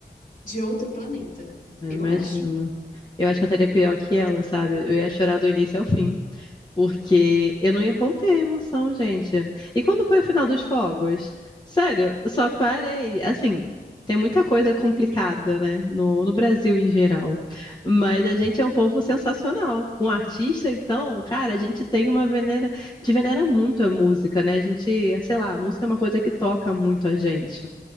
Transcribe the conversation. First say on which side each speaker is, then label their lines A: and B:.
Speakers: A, on the left; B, on the left.
A: de outro planeta,
B: Eu
A: eu
B: imagino.
A: acho.
B: Eu acho que eu estaria pior que ela, sabe? Eu ia chorar do início ao fim, porque eu não ia conter a emoção, gente. E quando foi o final dos fogos? Sério, eu só parei. Assim, tem muita coisa complicada, né? No, no Brasil em geral. Mas a gente é um povo sensacional. Com um artista, então, cara, a gente tem uma venera. A gente venera muito a música, né? A gente, sei lá, a música é uma coisa que toca muito a gente,